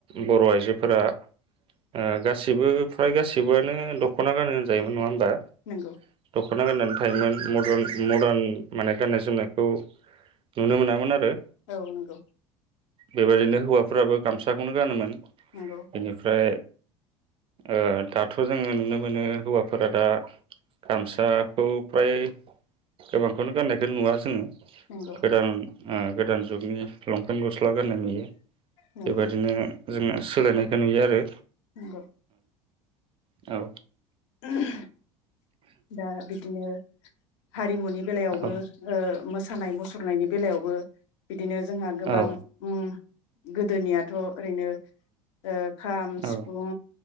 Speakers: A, on the right; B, on the left.
A: बर' आइजोफोरा ओ गा गासिबो फ्राय गासिबोआनो दख'ना गानो होनजायोमोन नङा होम बा दख
B: नंगौ
A: दख'ना गाननानै थायोमोन मदार्न मदार्न माने गाननाय जोमनायखौ नुनो मोनामोन आरो
B: औ नंगौ
A: बेबायदिनो हौवाफोराबो गामसाखौनो गानोमोन
B: नंगौ
A: बेनिफ्राय ओ दाथ जोङो नुनो मोनो हौवाफोरा दा गामसाखौ फ्राय गोबांखौनो गाननायखौ नुवा जोङो
B: नोंगौ
A: गोदान ओ गोदान जुगनि लंपेन्ट गस्ला गाननाय नुयो
B: नंगौ
A: बेबायदिनो जोङो सोलायनायखौ नुयो आरो
B: नंगौ
A: औ
B: <inaudible> दा बिदिनो हारिमुनि बेलायावबो
A: औ
B: ओ मोसा मोसानाय मुसुरनायनि बेलायावबो बिदिनो जोंहा गोबां
A: औ
B: उम गोदोनियाथ ओरैनो ओ खाम
A: औ
B: सिफुं